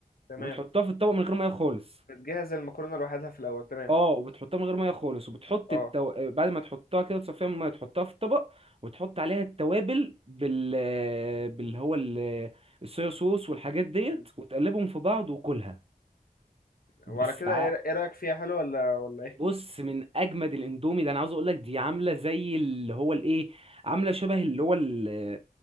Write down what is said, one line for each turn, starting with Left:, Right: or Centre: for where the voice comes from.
Left: تمام
Right: وبتحطها في الطبق من غير ميه خالص
Left: بتجهز المكرونة لوحدها في الاول تمام
Right: اه وبتحطها من غير ميه خالص وبتحط
Left: اه
Right: التو... بعد ما تحطها كده تصفيها من الميه تحطها في الطبق وتحط عليها التوابل بال آه، باللي هو ال- آه، الصويا صوص والحاجات ديت
Left: امم
Right: وتقلبهم في بعض وكلها بس
Left: وعلى كده
Right: ع-
Left: ايه إيه رأيك فيها حلو ولا ولا ايه
Right: بص من اجمد الاندومي ده انا عاوز اقول لك دي عامله زي اللي هو الايه عامله شبه اللي هو ال-